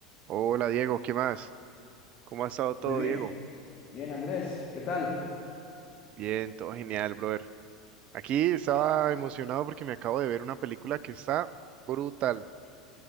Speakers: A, on the right (about 40°); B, on the left (about 35°).
A: Hola Diego, ¿qué más? ¿Cómo ha estado todo,
B: Muy bien,
A: Diego?
B: bien Andrés, ¿qué tal?
A: Bien, todo genial, brother. Aquí estaba emocionado porque me acabo de ver una película que está brutal.